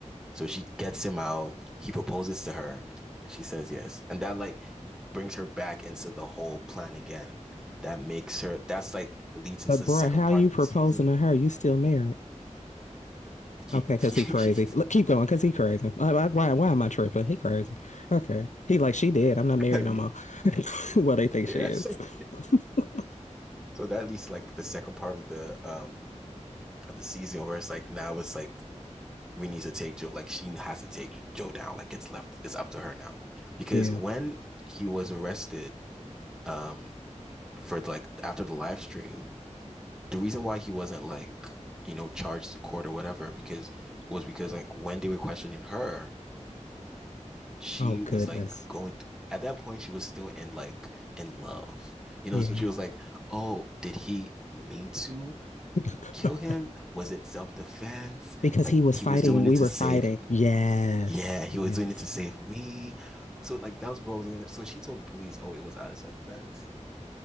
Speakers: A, in the centre; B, on the left (about 75°).
A: So she gets him out. He proposes to her, and she says yes. And that like brings her back into the whole plan again. That makes her. That's like leads into
B: But
A: the
B: bruh,
A: second
B: how
A: part
B: you
A: of the
B: proposing
A: season.
B: to her? You still married?
A: He,
B: Okay, because
A: <laughs> he,
B: he crazy. Look, keep going, because he crazy. Why, why, why why am I tripping? He crazy. Okay. He like, she dead. I'm not married
A: I mean,
B: no more. <laughs> well, they think
A: yes.
B: she is.
A: <laughs>
B: <laughs>
A: So that leads to like the second part of the um of the season where it's like now it's like we need to take Joe like she has to take Joe down. Like it's left it's up to her now. Because
B: Yeah.
A: when he was arrested um for like after the live stream, the reason why he wasn't like, you know, charged to court or whatever, because was because like when they were questioning her, she
B: Oh,
A: was
B: goodness.
A: like going th- at that point she was still in like in love. You
B: Yeah.
A: know, so she was like, Oh, did he mean to?
B: <laughs>
A: kill him? Was it self-defense?
B: Because
A: Like
B: he was
A: he
B: fighting,
A: was doing
B: we
A: it to
B: were
A: save.
B: fighting. Yes.
A: Yeah, he
B: Yes.
A: was doing it to save me. So like that was what was going on. So she told the police, oh, it was out of self-defense.